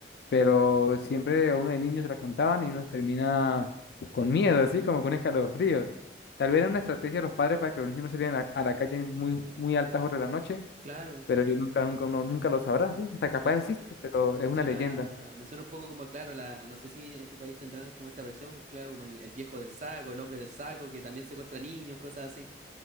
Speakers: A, on the left; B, on the right.
A: pero siempre a uno de niño se la contaban y uno termina con miedo, así como con escalofríos. Tal vez era una estrategia de los padres para que los niños no salieran a, a la calle en muy, muy altas horas de la noche,
B: claro.
A: pero yo nunca, nunca, uno nunca lo sabrá, ¿sí? Hasta capaz
B: Me-
A: existe, pero
B: Me
A: es una
B: suena,
A: leyenda.
B: me suena un poco como, claro, la, no sé si en tu país tendrán como esta versión, claro, como el, el viejo del saco, el hombre del saco, que también secuestra niños, cosas así.